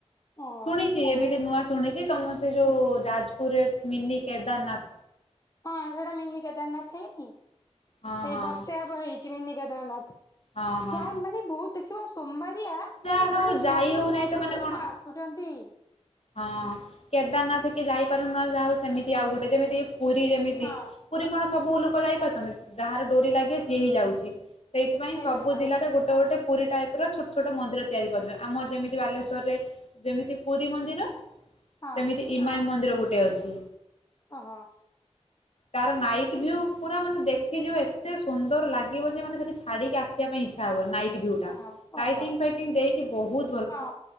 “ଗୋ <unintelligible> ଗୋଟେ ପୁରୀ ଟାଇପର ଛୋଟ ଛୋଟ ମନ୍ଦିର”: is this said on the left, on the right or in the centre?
Left